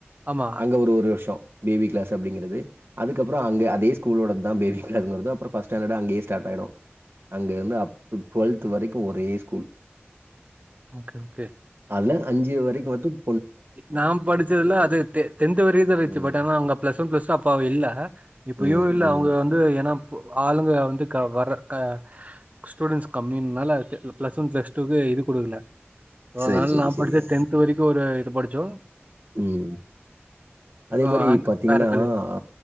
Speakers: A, on the right; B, on the right.
A: ஆமா.
B: அங்க ஒரு ஒரு வருஷ பேபி க்ளாஸ் அப்டிங்கறது அதுக் அப்புரோ அங்க அதே ஸ்கூலோட தா பேபி க்ளாஸ்ங்கறது அப்புற ஃபஸ்ட் ஸ்டாடட் அங்கேயே ஸ்டாட் ஆயிடும் அங்க இருந்து. அப் டுவெல்த் வரைக்கு ஒரே ஸ்கூல்
A: ஓகே ஓகே
B: அதுலா அஞ்சு வரைக்கு வத்தும்
A: நா படிச்சதுல அது டென்த் டென்த்து வர தா இருச்சு
B: ம்.
A: பட் ஆனா அவுங்க ப்ளஸ் ஒன் ப்ளஸ் அப்ப அவ இல்ல இப்பயு
B: ம்,
A: இல்ல
B: ம்.
A: அவுங்க வந்து ஏனா கோ ஆளுங்க வந்து. கா வர கா ஸ்டூடெண்ட்ஸ் கம்மினால ப்ளஸ் ஒன் ப்ளஸ் டூக்கு இது குடுக்கல அதனால
B: சரி, சரி,
A: நா
B: சரிங்க.
A: படிச்ச டென்த்து வரைக்கு ஒரு எத்து படிச்சோ
B: ம் அதே
A: அ
B: மாரி
A: அங்க
B: பாத்தீங்கன்னா
A: வேற காலேஜ்.
B: ஆ